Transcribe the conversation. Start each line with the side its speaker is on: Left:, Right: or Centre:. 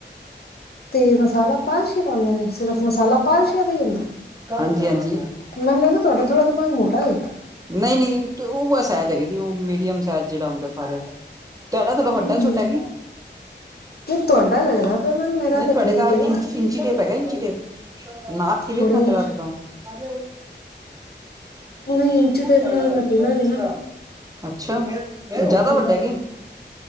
Left: ਤੇ ਮਸਾਲਾ ਪਾਲਸ਼ੀ ਪਾਉਂਦੇ ਨੇ ਸਿਰਫ਼ ਮਸਾਲਾ ਪਾਲਸ਼ੀਆਂ ਦਾ ਈ ਹੁੰਦਾ।
Right: ਹਾਂਜੀ ਹਾਂਜੀ
Left: ਮੈਨੂੰ ਲਗਦਾ ਤੁਹਾਡਾ ਥੋੜਾ ਦਿਮਾਗ ਮੋਟਾ ਏ।
Right: ਨਹੀਂ- ਨਹੀਂ ਓ ਉਹ ਸੈਜ ਹੈਗਾ ਜੀ ਉਹ ਮੀਡੀਅਮ ਸੈਜ ਜਿਹੜਾ ਹੁੰਦਾ ਸਾਰਿਆਂ ਦਾ। ਤੁਹਾਡਾ ਥੋੜਾ ਵੱਡਾ-ਛੋਟਾ
Left: ਨਹੀਂ ਨਹੀਂ
Right: ਐ ਕੀ?
Left: ਤੁਹਾਡਾ ਲੱਗਦਾ ਪਿਆ ਮੈਨੂੰ ਮੇਰਾ
Right: ਨਹ
Left: ਤਾਂ
Right: ਤੁਹਾਡੇ
Left: ਠੀਕ
Right: ਘਰ
Left: ਏ
Right: ਇੰਚ ਇੰਚੀ ਟੇਪ ਹੈਗਾ ਇੰਚੀ ਟੇਪ। ਨਾਪ ਕੇ ਵੇਖਣਾ
Left: ਬੜੇ ਇੰਚ
Right: ਜਰਾ ਆਪਨਾ ਦੂਰ
Left: ਨਹੀਂ ਇੰਚੀ ਟੇਪ
Right: ਜਾਣਾ
Left: ਨਾਲ
Right: ਹੋਏਗਾ
Left: ਮੈਂ ਪੀਣਾ
Right: ਨਾ ਜਿਸ
Left: ਨੀ
Right: ਤਰਾਂ ਅੱਛਾ ਜਿਆਦਾ
Left: ਹੂੰ।
Right: ਵੱਡਾ ਏ ਕੀ।